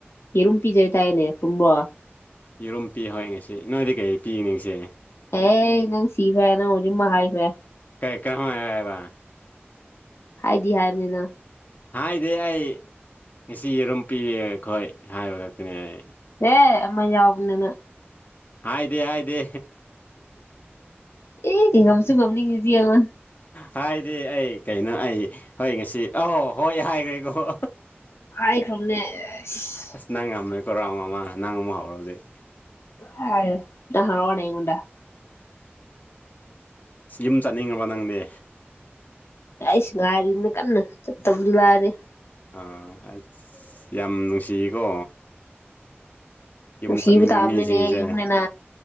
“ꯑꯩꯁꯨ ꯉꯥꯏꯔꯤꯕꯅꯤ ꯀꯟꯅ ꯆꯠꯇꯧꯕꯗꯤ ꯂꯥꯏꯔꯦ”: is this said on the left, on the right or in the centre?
Left